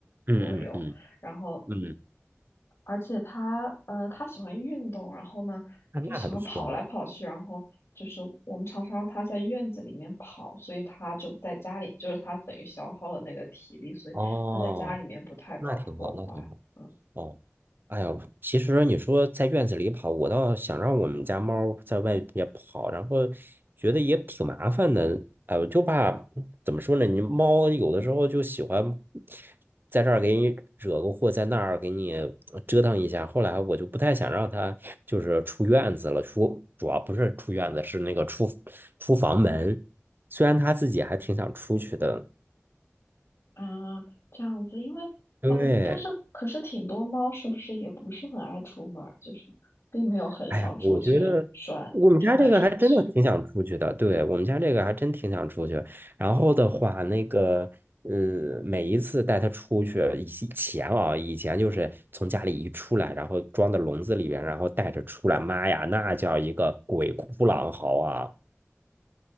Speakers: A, on the right; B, on the left.
A: 嗯嗯嗯
B: 左右，然后。
A: 嗯，
B: 而且它呃，它喜欢运动，然后呢，
A: 那那还不错呀。
B: 就喜欢跑来跑去，然后就是我们常常让它在院子里面跑，所以它就在家里，就是它等于消耗了那个体力，所以它在家里面不太搞破坏。
A: 哦，那挺好，那挺好。
B: 嗯
A: 哦，哎呦，其实你说在院子里跑，我倒想让我们家猫在外边跑，然后觉得也挺麻烦的。哎，我就怕怎么说呢？你猫有的时候就喜欢在这儿给你惹个祸，在那儿给你折腾一下。后来我就不太想让它就是出院子了，出主要不是出院子，是那个出出房门。虽然它自己还挺想出去的，
B: 啊，这样子，因为呃，
A: 对。
B: 但是可是挺多猫是不是也不是很爱出门儿，就是并没有很想出去转转来转去，
A: 哎呀，我觉得我们家这个还真的挺想出去的，对，我们家这个还真挺想出去。然后的话，那个，嗯，每一次带它出去，以前啊，以前就是从家里一出来，然后装到笼子里边，然后带着出来，妈呀，那叫一个鬼哭狼嚎啊！